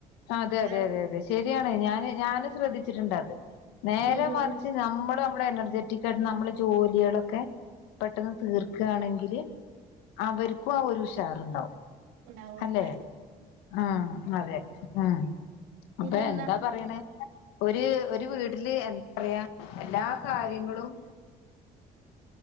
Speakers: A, on the left; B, on the right.
A: അതെ
B: അതാണ്
A: അതെ അതെ അതെ ശെരിയാ ഞാന് ഞൻ ശ്രദ്ധിച്ചിട്ടുണ്ട് അത് നേരെ
B: ഉം ഉം
A: മറിച്ച്
B: ഉം
A: നമ്മളും മ്മടെ എനർജെറ്റിക് ആയിട്ട് നമ്മളെ ജോലാളൊക്കെ പെട്ടെന്ന് തീർക്കാണെങ്കില് അവർക്കും ആ ഒരു ഉഷാറുണ്ടാവും
B: ഉണ്ടാവും
A: അല്ലേ
B: അതെ
A: ആ അതെ ആ
B: പിന്നെന്താ
A: അപ്പോ എന്താ പറയണേ? ഒരു ഒരു വീട്ടില് എന്താ പറയാ എല്ലാ കാര്യങ്ങളും